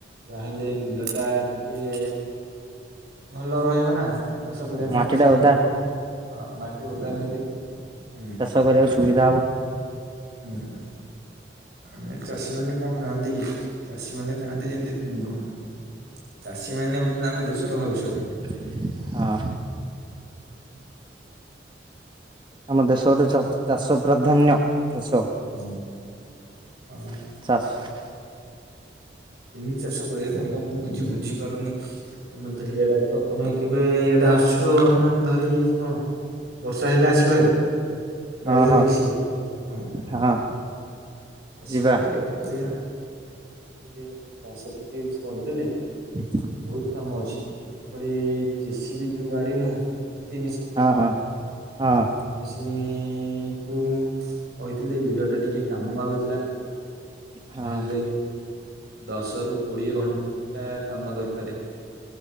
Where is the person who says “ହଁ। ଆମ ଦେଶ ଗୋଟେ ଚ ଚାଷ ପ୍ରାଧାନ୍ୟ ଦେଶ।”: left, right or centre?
Right